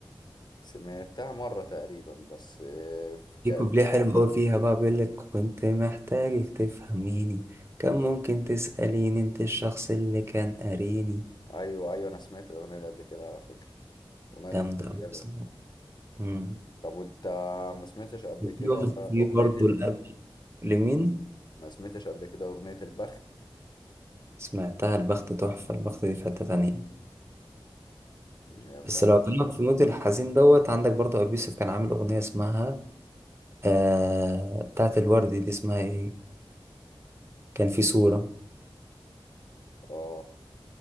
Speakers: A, on the left; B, on the right.
A: سمعتها مرة تقريبا بس آه، في
B: في
A: كافة
B: كوبليه حلو قوي فيها بقى بيقول لك كنت محتاجك تفهميني كان ممكن تساليني انت الشخص اللي كان قاريني
A: ايوه ايوه انا سمعت الاغنية دي قبل كده على فكرة الاغنية دي
B: جامده
A: كانت
B: قوي
A: حلوة
B: بصراحه أمم.
A: طب وانت ما سمعتش قبل
B: وفي
A: كده
B: واحد-
A: اغنية
B: في برضه
A: ال...
B: الاب لمين
A: ما سمعتش قبل كده اغنية البخت
B: سمعتها البخت تحفه البخت دي في حته تانية
A: يا فعلا
B: بس لو قلت لك في المود الحزين دوت عندك برضه ابيوسف كان عامل اغنيه اسمها آه بتاعت الورد دي اسمها ايه كان في صورة
A: اه